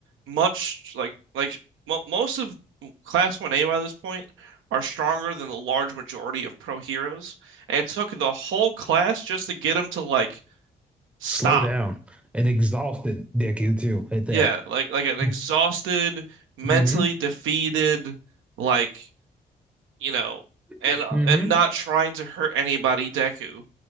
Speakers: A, on the right; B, in the centre.
A: much like like mo most of Class 1A by this point are stronger than the large majority of pro heroes, and it took the whole class just to get him to like stop
B: slow down and exhausted, Dickie, too, at that.
A: Yeah, like like an
B: <laughs>
A: exhausted, mentally
B: Mm-hmm.
A: defeated, like, you know, and
B: Mm-hmm.
A: uh, and not trying to hurt anybody, Deku.